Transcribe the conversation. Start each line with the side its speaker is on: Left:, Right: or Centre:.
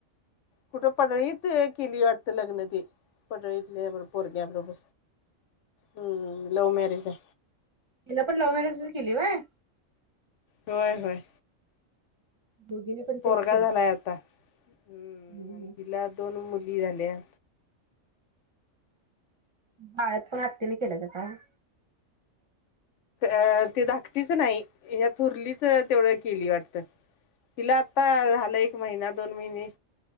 Left: कुठं पडळीत केली वाटतं लग्न ती. पटळीतल्याब पोरग्या बरोबर, हम्म लव मॅरेज हाय.
Right: तिला पण लव्ह मॅरेजच किली व्हय.
Left: व्हय व्हय.
Right: दोघींनी पण
Left: पोरगा
Right: तेच
Left: झालाय आता, हम्म,
Right: केलं
Left: आणि तिला दोन मुली झाल्या.
Right: बाळातपण आत्यीनं केलं का काय?
Left: अ ते धाकटीचं नाही, ह्या थोरलीचं तेवढं किली वाटतं. तिला आता झालं एक महिना दोन महिने